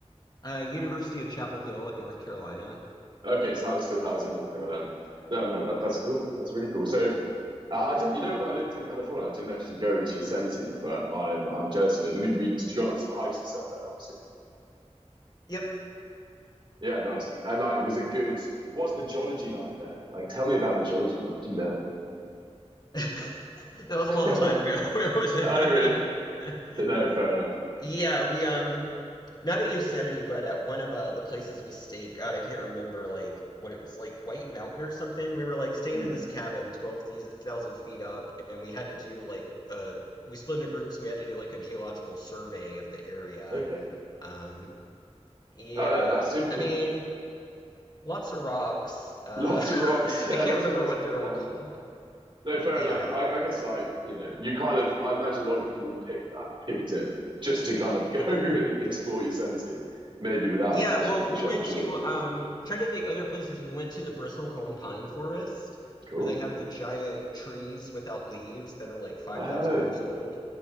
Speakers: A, on the left; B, on the right.
A: uh, University of Chapel Hill at North Carolina.
B: Okay, so that was that was in North Carolina. No, man, that, that's cool. That's really cool. So, uh, I didn't. You know, when I lived in California, I didn't actually go to Yosemite, but I'm I'm jealous of it. Did we, we did you go on like some hikes and stuff there? Obviously,
A: Yep,
B: yeah, nice. And like, was it good? What's the geology like there? Like, tell me about the geology. What did you
A: <laughs> that was a long
B: learn?
A: time ago.
B: <laughs>
A: <laughs> It wasn't.
B: Oh, really?
A: <laughs>
B: No, fair enough.
A: Yeah, we um not at Yosemite, but at one of uh the places we stayed. God, I can't remember like what it was like White Mountain or something. We were like staying
B: Hmm.
A: in this cabin 12,000 feet up and we had to do like uh we split into groups and we had to do like a geological survey of the area.
B: okay.
A: Um yeah.
B: Oh, that, that's super cool.
A: I mean, lots of rocks. Uh
B: Lots
A: <laughs>
B: of rocks.
A: I
B: <laughs> Yeah,
A: can't
B: lots
A: remember
B: of rocks.
A: what
B: I
A: they're
B: can imagine.
A: all called.
B: No, fair
A: Yeah.
B: enough. I, I guess like, you know, you kind of I imagine a lot of people who picked that picked it just to kind of go <laughs> and explore Yosemite, maybe without
A: Yeah,
B: the passion
A: well,
B: for
A: we
B: ge-
A: went
B: geology.
A: to um trying to think other places. We went to the bristlecone pine forest
B: Cool.
A: where they have the giant trees without leaves that are like 5,000
B: Oh,
A: years old.